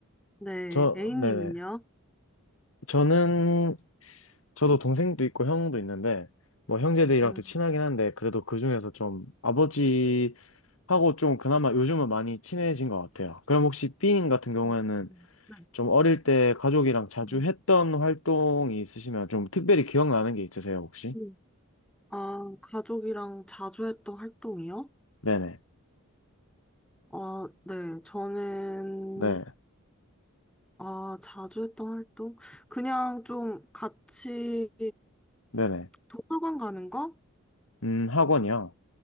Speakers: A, in the centre; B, on the left.
A: 네.
B: 저,
A: A님은요?
B: 네네. 저는, 저도 동생도 있고 형도 있는데, 뭐 형제들이랑도
A: 음,
B: 친하긴 한데, 그래도 그 중에서 좀 아버지하고 좀 그나마 요즘은 많이 친해진 것 같아요. 그럼 혹시 B님 같은 경우에는
A: 어, 음, 네.
B: 좀 어릴 때 가족이랑 자주
A: 음.
B: 했던 활동이 있으시면 좀 특별히 기억나는 게 있으세요, 혹시?
A: 음. 아, 가족이랑 자주 했던 활동이요?
B: 네네.
A: 어, 네. 저는,
B: 네.
A: 아, 자주 했던 활동? 그냥 좀 같이
B: 네네.
A: 도서관 가는 거?
B: 음, 학원이요.